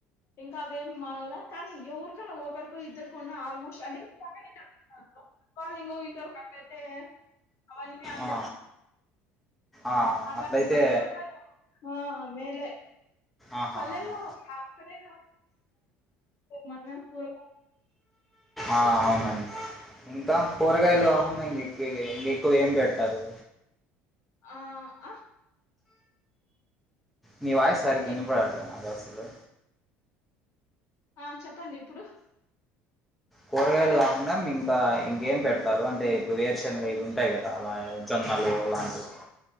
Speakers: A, on the left; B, in the centre.
A: ఇంకా అవేమి మాగలా కానీ ఎవరికన్నా ఒకరికో ఇద్దరికన్న ఆల్మోస్ట్ అంటే పక్కనే <unintelligible> ఇ ఫుబాల్ ఇంకొక ఇంటర్ కట్టలయితే అవన్నీ అందరి
B: ఆ, ఆ,
A: అట్ల
B: అట్లయితే
A: కూరగాయలు ఆ మేలే
B: ఆహా
A: పల్లెల్లో
B: ఆహా
A: ఎక్కడైనా మనమేం కూరగాయలు
B: ఆ ఔనండి ఇంకా కూరగాయలు కాకుండా ఇంకక్ ఇంకెక్కువ ఏం పెడతారు
A: ఆ ఆ
B: మీ వాయిస్ సరిగ్గా వినపడుట్లే
A: ఏ
B: నా కసలు
A: ఆ చెప్పండి ఇప్పుడు
B: కూరగాయలు కాకుండా ఇంకా ఇంకేం పెడతారు అంటే ఇప్పుడు వేరుశెనగా ఇవి ఉంటాయి కదా అలా జొన్నలు అలాంటివి